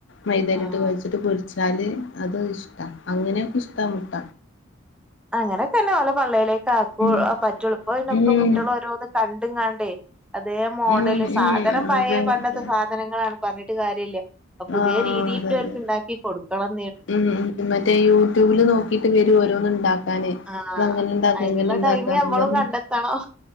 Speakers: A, on the left; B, in the centre.
A: മൈതേല്ട്ട്
B: ആഹ്
A: ച്ചാല് അത് ഇഷ്ട്ട. അങ്ങനെയൊക്കെ ഇഷ്ട്ട മുട്ട
B: അങ്ങനെക്കെന്നെ ഓലെ പള്ളീലേക്ക് ആക്കൂ
A: ഉം
B: പറ്റൊള്ളു. ഇപ്പൊക്കെ
A: ഉം
B: കുട്ടീളോരോന്ന് കണ്ട്ങ്ങാണ്ടെ അതേ മോഡല്.
A: ഉം
B: സാധനം
A: ഉം
B: പഴയെ
A: അതെ
B: പണ്ടത്തെ
A: അതെ
B: സാധനങ്ങളാണ് പറഞ്ഞിട്ട് കാര്യല്ല പ്പൊ പുതിയ
A: ആഹ്
B: രീതിയിൽ
A: അതെ
B: അവർക്ക്
A: അതെ
B: ഇണ്ടാക്കി കൊടുക്കണം
A: ഉം മറ്റേ യൂട്യൂബില് നോക്കീട്ട് വരു വോരോ ണ്ടാക്കാന്.
B: ആഹ്
A: അതങ്ങനെണ്ടാക്ക
B: അയിനുള്ള
A: ഇങ്ങനെണ്ടാക്കാന്നും
B: ടൈമ് നമ്മളും
A: പറഞ്ഞ്
B: കണ്ടെത്തണം